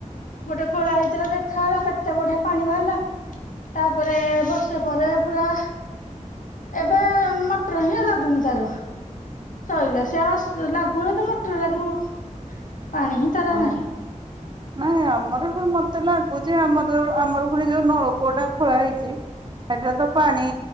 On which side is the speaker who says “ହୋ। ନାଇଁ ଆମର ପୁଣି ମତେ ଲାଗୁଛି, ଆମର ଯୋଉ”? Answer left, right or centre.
Right